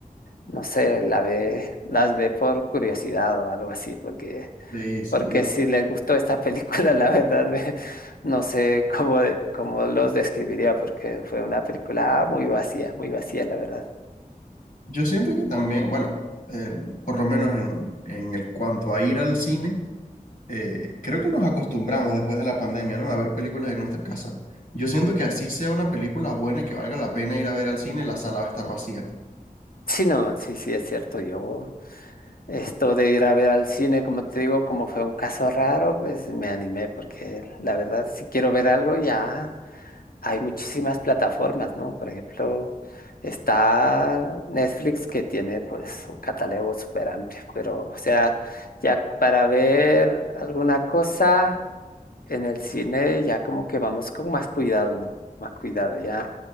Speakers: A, on the left (about 85°); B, on the left (about 70°).
A: no sé, la ve, las ve por curiosidad o algo así, porque
B: Sí, sí.
A: porque
B: Y
A: si les gustó esta <laughs> película, la verdad me- no sé cómo, de- cómo los describiría, porque fue una película ah, muy vacía, muy vacía, la verdad.
B: yo siento que también, bueno, el- por lo menos en, en el cuanto a ir al cine. eh, creo que nos acostumbramos después de la pandemia, ¿no? A ver películas en nuestra casa. Yo siento que así sea una película buena y que valga la pena ir a ver al cine, la sala va a estar vacía.
A: Sí, no, sí, sí, es cierto, yo esto de ir a ver al cine, como te digo, como fue un caso raro, pues me animé, porque la verdad, si quiero ver algo, ya. hay muchísimas plataformas, ¿no? Por ejemplo, está Netflix que tiene pues un catálogo súper amplio, pero o sea, ya para ver alguna cosa en el cine ya como que vamos con más cuidado, ¿no? Más cuidado, ya